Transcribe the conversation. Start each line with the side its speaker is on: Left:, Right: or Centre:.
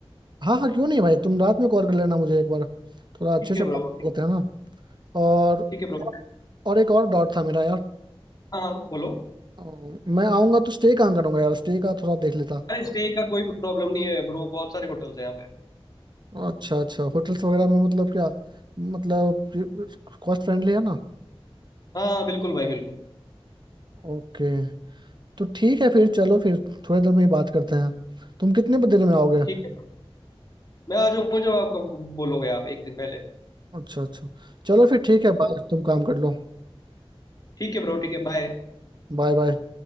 Right: हाँ हाँ क्यों नहीं भाई तुम रात में कॉल कर लेना मुझे एक बार थोड़ा अच्छे
Left: ठीक
Right: से
Left: है
Right: बात
Left: ब्रो ठीक
Right: होता है ना और
Left: ठीक है ब्रो
Right: और एक और डॉट था मेरा यार
Left: हाँ हाँ, बोलो
Right: अ, मैं आऊँगा तो स्टे कहाँ करूँगा यार स्टे का थोड़ा देख लेता
Left: अरे स्टे का कोई प्रॉब्लम नहीं है ब्रो बहुत सारे होटल्स हैं यहाँ पे
Right: अच्छा अच्छा होटल्स वगैरह में मतलब क्या मतलब कॉस्ट फ्रेंडली है ना
Left: हाँ हाँ, बिल्कुल भाई बिल्कुल
Right: ओके तो ठीक है फिर चलो फिर थोड़ी देर में ही बात करते हैं तुम कितने देर में आओगे
Left: ठीक है मैं आ जाऊंगा जब आपको बोलोगे आप एक दिन पहले
Right: अच्छा अच्छा चलो फिर ठीक है बाय तुम काम कर लो
Left: ठीक है ब्रो ठीक है बाय
Right: Bye bye